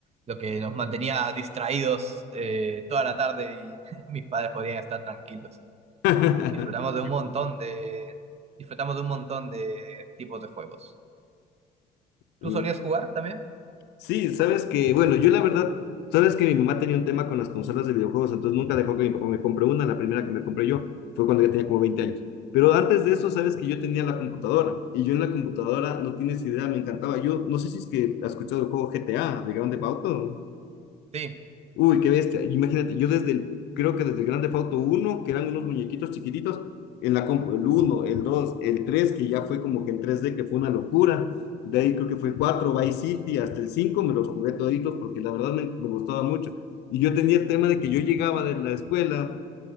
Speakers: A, on the right; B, on the left.
A: lo que nos mantenía distraídos eh, toda la tarde y <laughs> mis padres podían estar tranquilos.
B: <laughs>
A: Disfrutamos de un montón de, disfrutamos de un montón de tipos de juegos.
B: No.
A: ¿Tú solías jugar también?
B: Sí, sabes que, bueno, yo la verdad, sabes que mi mamá tenía un tema con las consolas de videojuegos, entonces nunca dejó que mi papá me compre una, la primera que me compré yo fue cuando ya tenía como 20 años. Pero antes de eso, sabes que yo tenía la computadora y yo en la computadora, no tienes idea, me encantaba. Yo no sé si es que has escuchado el juego GTA de Grand Theft Auto.
A: Sí.
B: Uy, qué bestia. Imagínate, yo desde el, creo que desde el Grand Theft Auto 1, que eran unos muñequitos chiquititos, en la compu, el uno, el 2, el 3 que ya fue como que en tres d que fue una locura. De ahí creo que fue el 4 Vice City, hasta el 5 me los jugué toditos porque la verdad me, me gustaba mucho. Y yo tenía el tema de que yo llegaba de la escuela